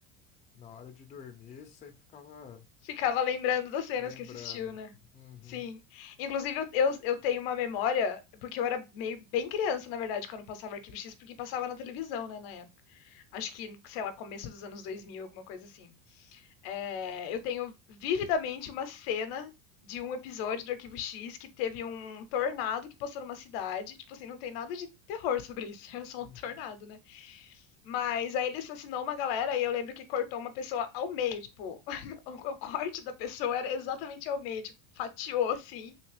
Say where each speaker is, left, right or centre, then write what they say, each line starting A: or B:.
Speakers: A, on the left; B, on the left.
A: na hora de dormir sempre ficava
B: ficava lembrando das cenas
A: lembrando.
B: que assistiu, né?
A: Uhum,
B: Sim. Inclusive, eu, eu, eu tenho uma memória, porque eu era meio bem criança, na verdade, quando passava Arquivo X, porque passava na televisão, né, na época. Acho que, sei lá, começo dos anos 2000 alguma coisa assim. É, eu tenho vividamente uma cena de um episódio do Arquivo X que teve um tornado que passou numa cidade. Tipo assim, não tem nada de terror sobre isso, <laughs> é só
A: uhum.
B: um tornado, né? Mas aí ele assassinou uma galera e eu lembro que cortou uma pessoa ao meio, tipo, <laughs> o o corte da pessoa era exatamente ao meio, tipo, fatiou assim.